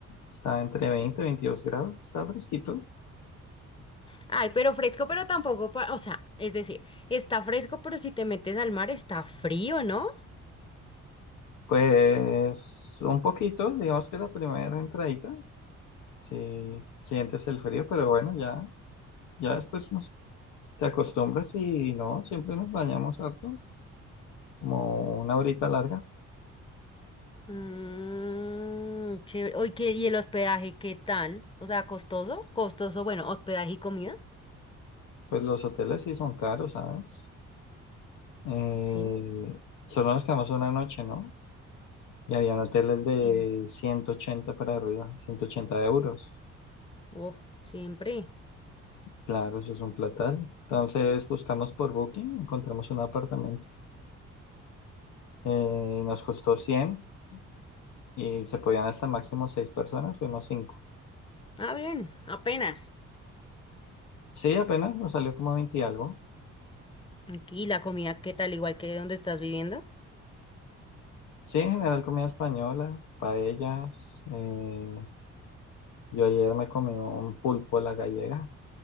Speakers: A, on the left; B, on the left.
A: estaba entre 20 y 22 grados, estaba fresquito.
B: Ay, pero fresco, pero tampoco, pa- o sea, es decir, está fresco, pero si te metes al mar está frío, ¿no?
A: Pues un poquito, digamos que la primera entradita, sí sientes el frío, pero bueno, ya, ya después nos, te acostumbras y no, siempre nos bañamos harto, como una horita larga.
B: Mmm, chévere. Oye, ¿qué- ¿y el hospedaje qué tal? O sea, costoso, costoso, bueno, hospedaje y comida,
A: Pues los hoteles sí son caros, ¿sabes? Eh,
B: sí.
A: solo nos quedamos una noche, ¿no? Y habían hoteles de
B: Mm.
A: 180 para arriba, 180 euros.
B: Uf, siempre.
A: Claro, eso es un platal. Entonces buscamos por Booking, encontramos un apartamento. Eh, nos costó 100 y se podían hasta máximo 6 personas, fuimos cinco
B: Ah, bien, apenas.
A: Sí, apenas nos salió como veinte y algo.
B: Aquí la comida, ¿qué tal? Igual que donde estás viviendo.
A: Sí, en general comida española, paellas. eh, yo ayer me comí un pulpo a la gallega.